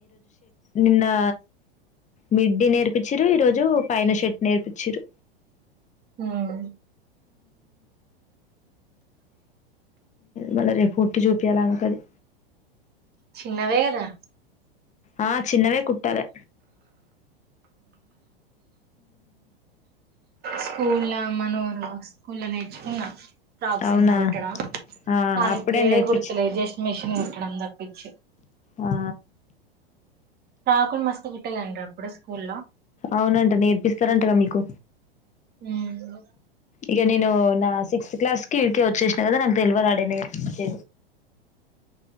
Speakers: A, on the left (about 25°); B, on the right (about 35°).
A: నిన్నా మిడ్డీ నేర్పిచిరు ఈరోజు పైన షర్ట్ నేర్పిచిన్రు
B: హ్మ్
A: మళ్ళ రేపు కుట్టి చూపియాలె ఆమెకది.
B: చిన్నవే కదా
A: ఆ చిన్నవే కుట్ ట్టలే
B: స్కూల్ల మనోర్ స్కూల్ల నేర్చుకున్న ఫ్రాక్స్
A: అవునా
B: గిన కుట్టడం
A: ఆ
B: కానీ
A: అప్పుడే
B: ఇప్పుడు ఏ
A: నేర్పించిరు
B: గుర్తులే జస్ట్ మెషిన్ కుట్టడం తప్పించి
A: ఆ
B: ఫ్రాకులు మస్తు కుట్టేదాన్నిరా అప్పుడు స్కూల్లో
A: అవునంట నేర్పిస్తారంటగా మీకు
B: ఉమ్
A: ఇగ నేను నా సిక్స్త్ క్లాస్ కీ ఈడికే వచ్చేసినా కదా నాక్ తెల్వది <unintelligible>